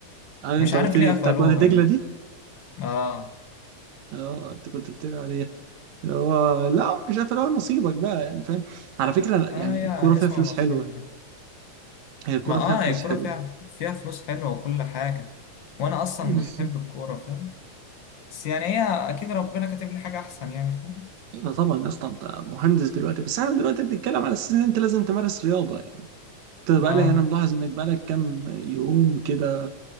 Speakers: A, on the right (about 70°); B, on the left (about 60°).
A: يعني
B: مش
A: أنت
B: عارف
A: قلت لي
B: ليه
A: بتاعت
B: قفلوها
A: وادي دجلة
B: يعني
A: دي
B: اه
A: أه أنت كنت قلت لي عليها هو لا مش عارف اللي هو نصيبك بقى يعني فاهم على فكرة يعني
B: فهي
A: الكورة فيها
B: اسمها
A: فلوس
B: ونصيب
A: حلوة
B: يعني
A: هي الكورة
B: ما اه
A: فيها فلوس
B: هي الكورة
A: حلوة
B: فيها فيها فلوس حلوة وكل حاجة وأنا أصلا
A: بالظبط
B: بحب الكورة فاهم بس يعني هي أكيد ربنا كاتب لي حاجة أحسن يعني فاهم
A: لا طبعا اصلا انت مهندس دلوقتي بس احنا دلوقتي بنتكلم على اساس ان انت لازم تمارس رياضه بقالي
B: اه
A: انا ملاحظ انك بقالك كام يوم كده